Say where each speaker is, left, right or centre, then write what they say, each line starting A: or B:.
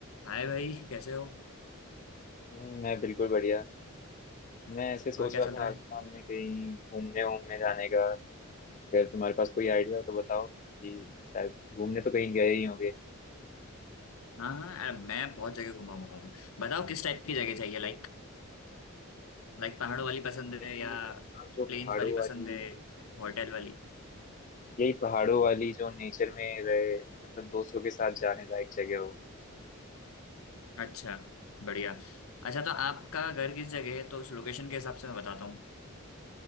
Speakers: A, on the left; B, on the left.
A: हाय भाई कैसे हो
B: हम्म, मैं बिल्कुल बढ़िया मैं ऐसे सोच
A: और क्या
B: रहा
A: चल
B: था
A: रहा
B: हाल
A: है
B: फिलहाल में कहीं घूमने वूमने जाने का अगर तुम्हारे पास कोई आइडिया हो तो बताओ कि शायद घूमने तो कहीं गए ही होंगे
A: हाँ हाँ यार मैं बहुत जगह घुमा हुआ हूँ बताओ किस टाइप की जगह चाहिए लाइक लाइक पहाड़ों
B: नहीं,
A: वाली
B: मैं
A: पसंद
B: तो ऐसे
A: है या
B: ही नहीं गए हाँ, जो
A: प्लेन्स
B: पहाड़ों
A: वाली पसंद
B: वाली
A: है होटल वाली
B: यही पहाड़ों वाली जो नेचर में रहे मतलब दोस्तों के साथ जाने लायक जगह हो
A: अच्छा बढ़िया अच्छा तो आपका घर किस जगह है तो उस लोकेशन के हिसाब से मैं बताता हूँ